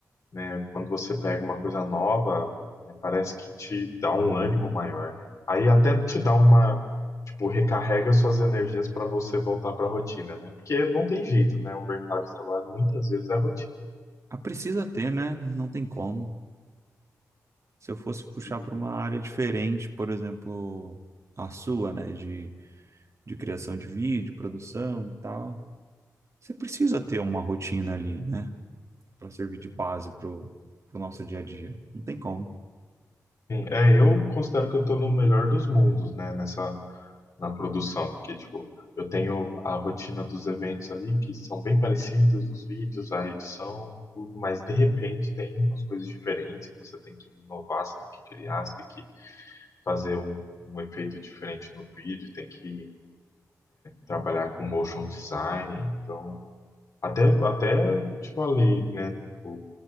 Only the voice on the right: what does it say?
Ah, precisa ter, né? Não tem como. se eu fosse puxar
para uma área diferente, por exemplo, a sua, né, de, de criação de vídeo, produção e tal, você precisa ter uma rotina ali, né, para servir de base pro, pro nosso dia a dia. Não tem como.